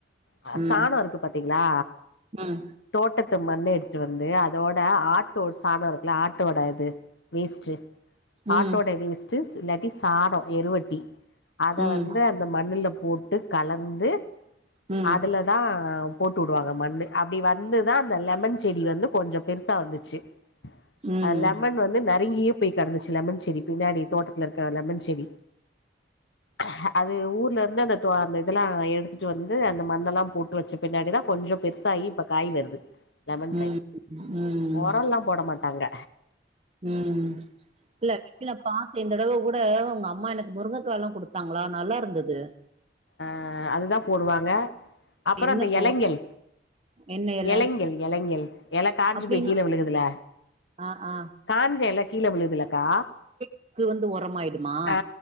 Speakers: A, on the left; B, on the right.
A: அ
B: ம்
A: சானோ இருக்கு பாத்தீங்ளா
B: ம்
A: தோட்டத் ந்த மண்ணு எடுத்துட்டு வந்து அதோட ஆட்டோ சாணோ இருக்குல்ல ஆட்டோட இது வேஸ்ட்டு
B: ம்
A: ஆட்டோட வேஸ்ட்டு இல்லாட்டி சாணோ எருவட்டி அத
B: ம்
A: வந்து அந்த மண் இதுல போட்டு கலந்து
B: ம்
A: அதுலதா போட்டு உடுவாங் மண்ணு அப்படி வந்துதா அந்த லெமன் செடி வந்து கொஞ்ச பெருசா வந்துச்சு
B: ம்
A: அ லெமன் வந்து நெறய போய் கெடந்துச்சு லெமன் செடி பின்னாடி தோட்டத் ட்ல இருக்க லெமன் செடி அ அது ஊர்ல இருந்து அது இதெல்லா எடுத்துட்டு வந்து அந்த மண்ணெல்லா போட்டு வச்ச பின்னாடிதா கொஞ்ச பெருசாயி இப்ப காய் வருது லெமன்
B: ம்
A: காய்
B: ம்
A: ஒரம்ல்லா போட மாட் தாங்க..
B: ம் இல்ல நா பாத்த இந்ததடவ கூட உங்க அம்மா எனக்கு முருங்ககாலா குடுத்தாங்ளா நல்லா இருந்துது
A: அ அதுதா போடுவாங்க அப்புற
B: என்ன
A: இந்த
B: போ
A: எலைங்கல்
B: என்ன எல
A: எளைங்கல் எளைங்கல் எல காஞ்சு
B: அப்டின்னு
A: போய் கீழ விழுகுதுல
B: ஆ ஆ
A: காஞ்ச எல கீழ விழு துலக்கா
B: அதுக்கு வந்து ஒரமாயிடுமா
A: அ